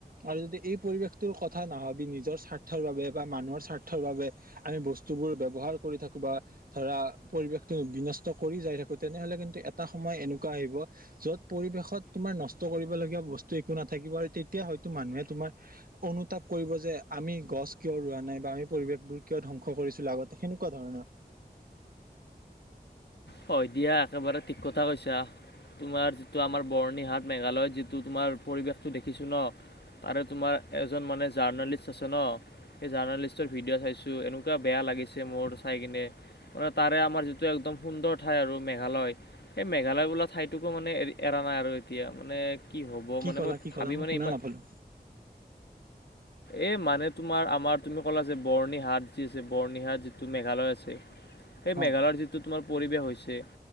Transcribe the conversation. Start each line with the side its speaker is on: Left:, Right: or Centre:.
Right: আৰু যদি এই পৰিৱেশটোৰ কথা নাভাবি নিজৰ স্বাৰ্থৰ বাবে বা মানুহৰ স্বাৰ্থৰ বাবে আমি বস্তু বস্তুবোৰ ব্যৱহাৰ কৰি থাকো বা ধৰা পৰিৱেশ বি কৰি যাই থাকো তেনেহলে কিন্তু এটা সময় এনেকুৱা আহিব যত পৰিবেশত তোমাৰ নষ্ট কৰিবলগীয়া বস্তু বসু একো নাথাকিব তেতিয়া হয়তো মানুহে তোমাৰ অনুতাপ কৰিব যে আমি গছ কিয় ৰোৱা নাই আমি পৰিৱেশবোৰ কিয় ধংস কৰিছিলো আগতে সেনেকুৱা ধৰণৰ।
Left: ক দিয়া একেবাৰে ঠিক কথা কৈছা। তোমাৰ যিটো আমাৰ বৰ্ণিহাট মেঘালয়ত যিটো তোমাৰ পৰিৱেশটো দেখিছো ন। তাৰে তোমাৰ এজন মানে জাৰ্ণালিষ্ট আছে ন। এই জাৰ্ণালিষ্টৰ ভিডিঅ' চাইছো এনেকুৱা বেয়া লাগিছে মোৰ চাই কিনে। মানে তাৰে আমাৰ যিটো একদম সুন্দৰ ঠাই আৰু মেঘালয় সেই মেঘালয় বোলা ঠাইটোকো মানে এৰি এৰা নাই আৰু এতিয়া মানে কি হ'ব মানে
Right: ক'লা
Left: মই
Right: কি
Left: ভাবি
Right: ক'লা মই
Left: মানে
Right: শুনা
Left: ইমান
Right: নাপালো
Left: এ মানে তোমাৰ আমাৰ তুমি ক'লা যে বৰ্ণিহাট যি আছে বৰ্ণিহাট, যিটো মেঘালয় আছে। সেই
Right: অ
Left: মেঘালয়ৰ যিটো তোমাৰ পৰিৱেশ হৈছে।